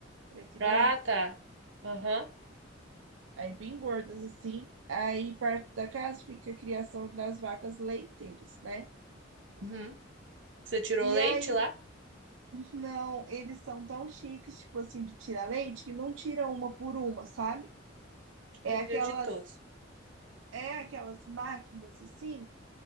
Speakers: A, on the right; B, on the right.
A: preto e
B: Ah,
A: branco.
B: tá. Aham.
A: Aí bem gordas, assim. Aí perto da casa fica a criação das vacas leiteiras, né?
B: Uhum. Você tirou
A: E
B: leite
A: aí
B: lá?
A: Não, eles são tão chiques, tipo assim, de tirar leite, que não tira uma por uma, sabe?
B: Tirei
A: É aquelas,
B: De todos.
A: é aquelas máquinas assim,